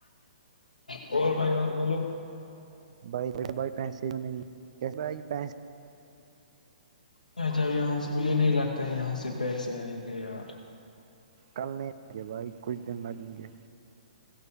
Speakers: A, on the left (about 85°); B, on the right (about 55°).
A: اور بھائی اور بولو
B: بائیے بائی پیسے کو نہیں بائی پس
A: اھا ا یہاں سے مجھے نہیں لگتا یہاں سے پیسے آئیں گے یار
B: کل نہیں آئیں گے بھائی کچھ دن لگیں گے